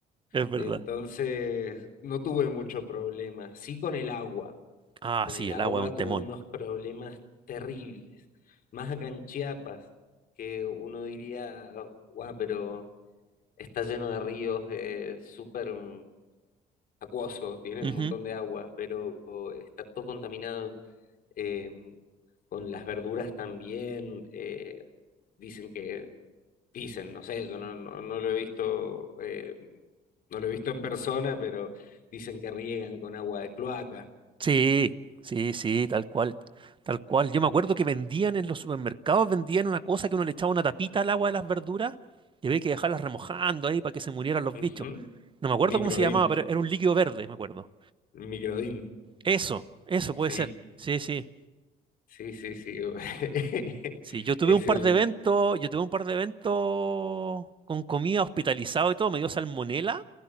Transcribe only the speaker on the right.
es verdad.
Ah,
sí,
el agua es un temón.
Ujú.
Sí, sí, sí, tal cual, tal cual. Yo
me acuerdo que vendían en los supermercados, vendían una cosa que uno le echaba una tapita al agua de las verduras y había que dejarlas remojando ahí para que se murieran los bichos.
No me acuerdo
cómo se llamaba, pero era un líquido verde, me acuerdo.
Eso, eso puede
ser. Sí, sí.
Sí, yo tuve
un par
de eventos, yo tuve un par de eventos con comida hospitalizado y todo, me dio salmonela